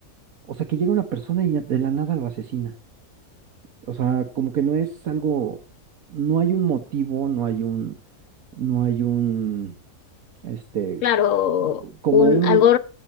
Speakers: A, on the right; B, on the left.
A: O sea, que llega una persona y de la nada lo asesina. O sea, como que no es algo, no hay un motivo, no hay un, no hay un, este,
B: Claro,
A: como
B: un,
A: un
B: algo